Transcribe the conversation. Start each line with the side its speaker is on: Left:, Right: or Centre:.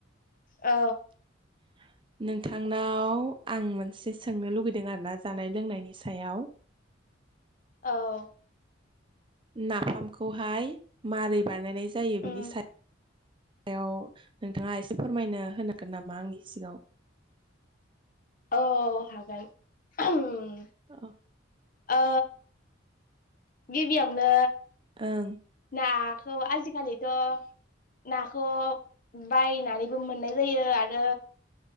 Left: अ
Right: <inaudible> नोंथांनाव आं मोनसे सोंनो लुगैदों आरो ना जानाय लोंनायनि सायाव
Left: औ
Right: नाफामखौहाय मारै बानायनाय जायो बिनि
Left: उम
Right: सायाव सायाव नोंथाङा एसे फोरमायनो होनांगोन नामा आंनि सिगाङाव
Left: औ हागोन ओम
Right: ओं
Left: ओ गिबियावनो
Right: ओं
Left: नाखौ आजिखालिथ' नाखौ बायनानैबो मोननाय जायो आरो